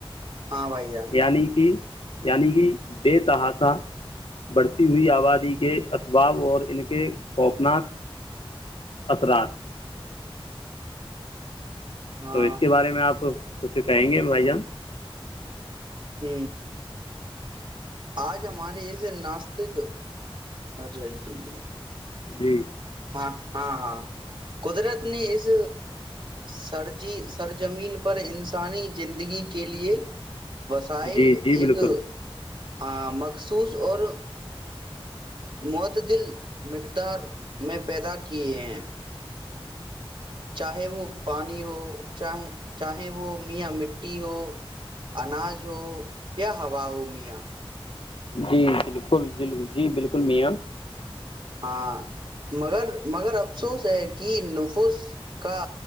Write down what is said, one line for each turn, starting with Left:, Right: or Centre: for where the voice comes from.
Right: ہاں بھائی جان
Left: یعنی کہ یعنی کہ بے تحاسا بڑھتی ہوئی آبادی کے اسباب اور ان کے خوفناک اثرات
Right: ہاں
Left: تو اس کے بارے میں آپ کچھ کہیں گے بھائی جان
Right: ہ آج ہمارے اس ناسستک ا جی جی جی
Left: جی <inaudible>
Right: ہاں ہاں ہاں قدرت نے اس سرجی سرزمین پر انسانی زندگی کے لیے وسائل
Left: جی جی
Right: ایک
Left: بالکل
Right: ہاں مخصوص اور معتدل مقدار میں پیدا کیے ہیں چاہے وہ پانی ہو چاہ چاہے وہ میاں مٹی ہو اناج ہو یا ہوا ہو میاں
Left: جی بالکل ج جی بالکل میاں
Right: ہاں مگر مگر افسوس ہے کہ نفس کا